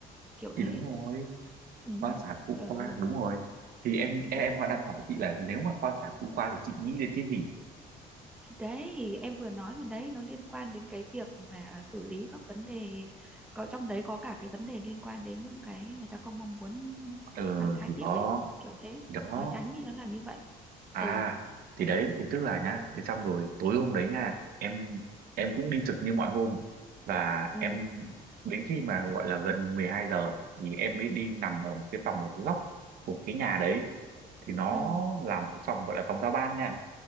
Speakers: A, in the centre; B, on the right.
A: kiểu
B: thì
A: thế
B: đúng rồi
A: ừ.
B: khoa sản phụ
A: trời
B: khoa
A: ơi
B: đúng rồi thì em
A: Ừ.
B: em, em họ đang hỏi chị là nếu mà khoa sản phụ khoa thì chị nghĩ đến cái gì
A: thì đấy em vừa nói mà đấy nó liên quan đến cái việc mà xử lý các vấn đề có trong đấy có cả cái vấn đề liên quan đến những cái người ta không mong muốn
B: ừ
A: mang thai
B: thì
A: tiếp
B: đó
A: ấy kiểu thế
B: thì đó
A: nói tránh đi nó là như vậy
B: à
A: ừ
B: thì đấy thì tức là nhá thế xong rồi tối hôm đấy nha em em cũng đi trực như mọi hôm và
A: ừ
B: em đến khi mà gọi là gần 12 giờ thì em mới đi nằm ở một cái phòng ở góc của cái nhà đấy thì nó
A: ừ
B: là một cái phòng gọi là phòng giao ban nha